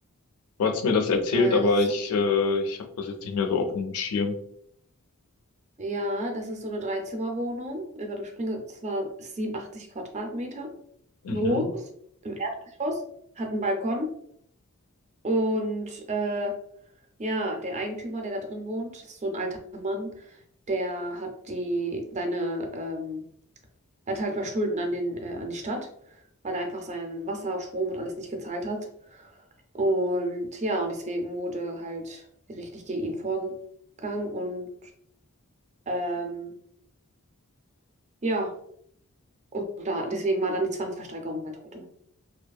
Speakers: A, on the left; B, on the right.
A: Du hast mir das erzählt,
B: Äh,
A: aber
B: das ist
A: ich,
B: so,
A: äh, ich habe das jetzt nicht mehr so auf dem Schirm.
B: ja, das ist so eine Dreizimmerwohnung in Bad Springe. Es war 87 Quadratmeter
A: Mhm.
B: groß, im Erdgeschoss, hat einen Balkon. Und äh, ja, der Eigentümer, der da drin wohnt, ist so ein alter Mann, der hat die seine, ähm, er hat halt ein paar Schulden an den, äh, an die Stadt, weil er einfach sein Wasser, Strom und alles nicht gezahlt hat. Und ja, und deswegen wurde halt richtig gegen ihn vorgegangen und ähm, ja, und da, deswegen war dann die Zwangsversteigerung halt heute.